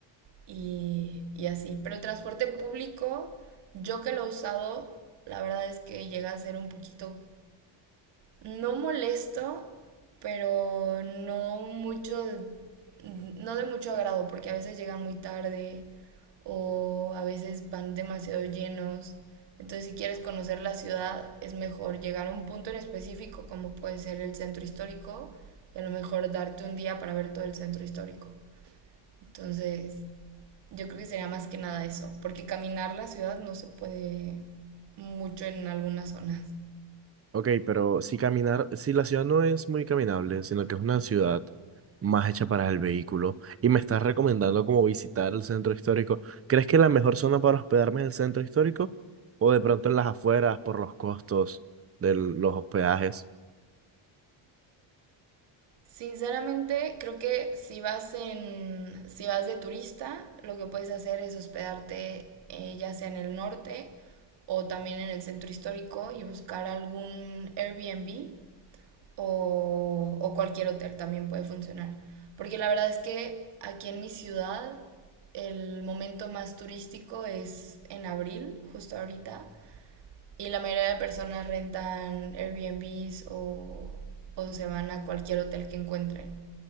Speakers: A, on the right; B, on the right.
A: y, y así. Pero el transporte público, yo que lo he usado, la verdad es que llega a ser un poquito, no molesto, pero no mucho, no de mucho agrado, porque a veces llegan muy tarde o a veces van demasiado llenos. Entonces, si quieres conocer la ciudad, es mejor llegar a un punto en específico, como puede ser el centro histórico, y a lo mejor darte un día para ver todo el centro histórico. Entonces, yo creo que sería más que nada eso, porque caminar la ciudad no se puede mucho en algunas zonas.
B: Ok, pero si caminar, si la ciudad no es muy caminable, sino que es una ciudad más hecha para el vehículo, y me estás recomendando como visitar el centro histórico, ¿crees que la mejor zona para hospedarme es el centro histórico? ¿O de pronto en las afueras por los costos de los hospedajes?
A: Sinceramente, creo que si vas en, si vas de turista, lo que puedes hacer es hospedarte eh, ya sea en el norte o también en el centro histórico y buscar algún Airbnb o, o cualquier hotel también puede funcionar. Porque la verdad es que aquí en mi ciudad el momento más turístico es en abril, justo ahorita, Y la mayoría de personas rentan Airbnbs o, o se van a cualquier hotel que encuentren.